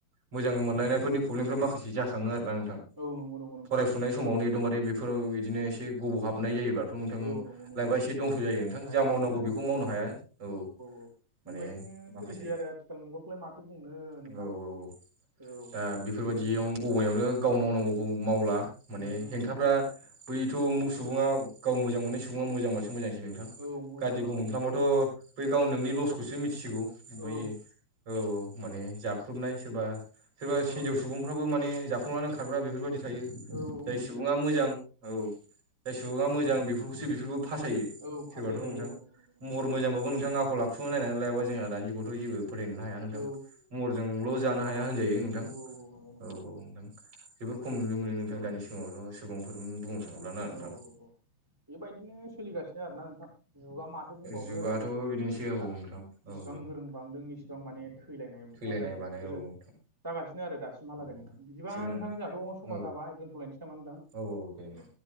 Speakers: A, on the right (about 35°); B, in the centre.
A: मोजां मोनलायनायफोरनि प्रब्लेमफ्रा माखासे जाखाङो आरोोना आं
B: नंगौ नंगौ नोंथां
A: फरायफुनाय समावनो एदमबारे बेफोराव बिदिनो एसे गबाव हाबनाय जायोबाथ' नोंथां
B: औ नंगौ नंगौ
A: लइबा
B: नोंथां
A: एसे दंस' जायो नोंथां
B: लाइफआ
A: जा मावनांगौ
B: दंस' जायो
A: बेखौ मावनो हाया औ
B: औ
A: माने
B: बेबायदिनो
A: माखासे
B: सोलिसै आरो आथिखाल मुगाखौलाय माथो बुंनो नोंथां
A: औ औ औ
B: औ
A: दा बेफोरबायदियाव
B: बिदिनोसै
A: गबयावनो गाव मावनांगौखौ मावला माने
B: उम उम
A: हेंथाफ्रा बैथ' सुबुङा गाव मोजां मोननाय सुबुङा मोजांबासो मोजांसै नोंथां
B: औ मोजां
A: गाज्रिखौ
B: बारस'नोसै
A: मोनफ्लांबाथ'
B: औ
A: बै गाव नोंनि लसखौसो मिथिसिगौ ओमफफ्राय
B: औ
A: औ औ माने जाख्रुबनाय सोरबा सोरबा
B: औ
A: हिनजाव सुबुंफ्राबो माने जाखांनानै खारग्रा बेफोरबायदि थायो
B: औ औ
A: जाय
B: नंगौ
A: सुबुङा
B: नंगौ
A: मोजां औ जाय सुबुङा मोजां बेफोरखौसो बेफोरबो फासायो
B: औ फासायजायो
A: सोरबाथ' नोंथां
B: औ नंगौ नंगौ नोंथां
A: महर मोजांबाबो नोंथां आखल लाखु नायनानै लायाबा जोंहा दानि जुगावथ' जेबो फोथायनो हाया नोंथां
B: औ
A: महरजोंल' जानो हाया होनजायो नोंथां
B: औ औ नंगौ नंगौ
A: औ औ नोंथां जोबोर खम नुनो मोनो नोंथां
B: औ
A: दानि सिगाङावथ' सुबुंफोर बुंनो थाङोब्ला ना नोंथां
B: औ औ बेबायदिनो सोलिगासिनो आरोना नोंथां जुगा माथो बुंबावनो
A: जुगाथ'
B: गोदोनि
A: बिदिनोसै
B: बायदि नोंला
A: औ नोंथां
B: जसेबां
A: औ औ
B: गोरों बांदों इसिबां माने थैलायनाय बुथारलायनाय
A: थैलायनाय बानाय
B: बेफोरो
A: औ नोंथां
B: जागासिनो आरो दासिमहालागै
A: औ
B: नोंथां बिदिबा
A: सुबुं
B: नोंथां जोंहाथ' समा
A: औ
B: जाबाय दोनथ'लायनोसै नामा होनदां
A: औ औ दे